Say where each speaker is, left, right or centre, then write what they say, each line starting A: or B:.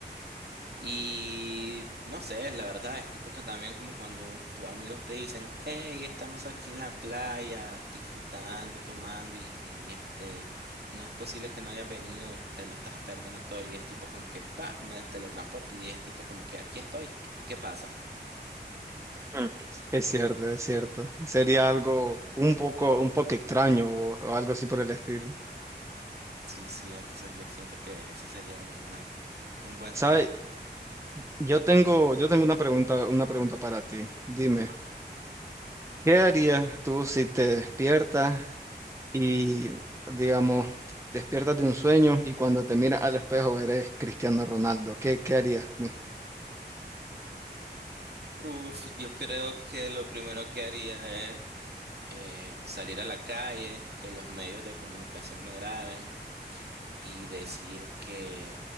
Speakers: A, on the right; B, on the right.
A: Y no sé, la verdad es tipo que también como cuando un- tus amigos te dicen, hey, estamos aquí en la playa disfrutando, tomando y, y este, no es posible que no hayas venido, te lo estás perdiendo todo y es tipo como que, pa, me teletransporto y es tipo como que aquí estoy. ¿Y qué pasa?
B: Mm. Es cierto, es cierto. Sería algo un poco, un poco extraño o, o algo así por el estilo.
A: Sí, sí, entonces yo siento que ese sería una buena, un buen
B: ¿Sabes?
A: superpoder.
B: Yo tengo, yo tengo una pregunta, una pregunta para ti. Dime,
A: Ah.
B: ¿qué harías tú si te despiertas y, digamos, despiertas de un sueño y cuando te miras al espejo eres Cristiano Ronaldo? ¿Qué, qué harías tú?
A: Uf, yo creo que lo primero que haría es eh, salir a la calle, que los medios de comunicación me graben y decir que,